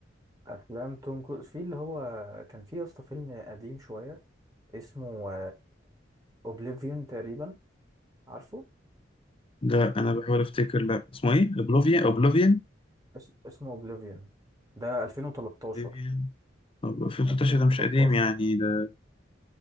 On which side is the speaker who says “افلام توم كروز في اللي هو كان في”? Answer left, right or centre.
Right